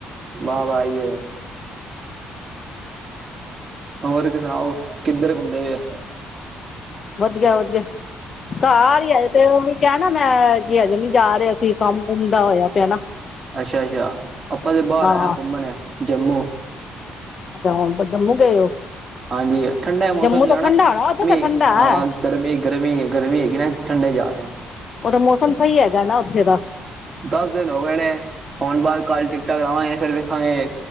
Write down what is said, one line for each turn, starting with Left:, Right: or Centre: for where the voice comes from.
Right: ਵਾਹ-ਵਾਹੀ ਏ। ਹੋਰ ਕ ਸੁਣਾਓ, ਕਿੱਧਰ ਘੁੰਮਦੇ ਪਏ ਓ?
Left: ਵਧੀਆ-ਵਧੀਆ, ਘਰ ਹੀ ਆਏ ਤੇ, ਓਹ ਵੀ ਕਿਆ ਨਾ ''ਮੈਂ ਕੀ ਹਜੇ ਨੀ ਜਾ ਰਹੇ ਅਸੀਂ, ਕੰਮ-ਕੁੰਮ ਦਾ ਹੋਇਆ ਪਿਆ ਨਾ।
Right: ਅੱਛਾ-ਅੱਛਾ, ਆਪਾਂ ਤੇ ਬਾਹਰ
Left: ਹਾਂ
Right: ਆਏ ਆਂ, ਘੁੰਮਣ ਜੰਮੂ।
Left: ਅੱਛਾ, ਹੁਣ ਜੰਮੂ ਗਏ ਹੋ?
Right: ਹਾਂਜੀ, ਠੰਡਾ ਮੌਸਮ
Left: ਜੰਮੂ
Right: ਜਾਣਾ
Left: ਤਾਂ ਠੰਡਾ
Right: ਹਾਂ,
Left: ਹੋਣਾ ਉੱਥੇ ਤਾਂ ਠੰਡਾ ਹੈ
Right: ਗਰਮੀ, ਗਰਮੀ, ਗਰਮੀ ਹੇਗੀ ਨਾ ਠੰਡੇ ਜਾ ਰਹੇ ਆਂ।
Left: ਓਥੇ ਮੌਸਮ ਸਹੀ ਹੈਗਾ ਨਾ, ਉੱਥੇ ਦਾ।
Right: ਦੱਸ ਦਿਨ ਹੋ ਗਏ ਨੇ, ਹੁਣ ਬਾਦ ਕੱਲ ਟਿਕਟਾਂ ਕਰਾਵਾਂਗੇ ਫਿਰ ਵੇਖਾਂਗੇ